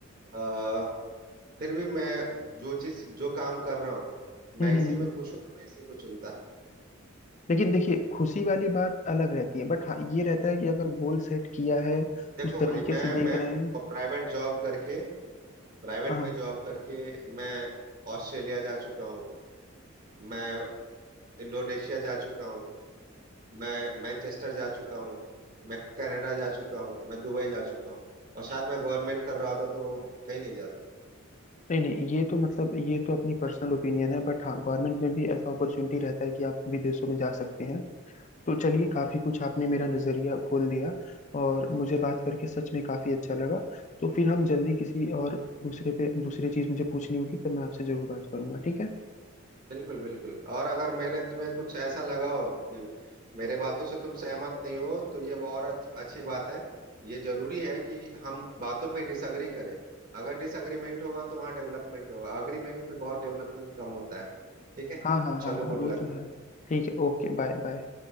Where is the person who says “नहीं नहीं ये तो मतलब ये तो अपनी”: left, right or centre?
Left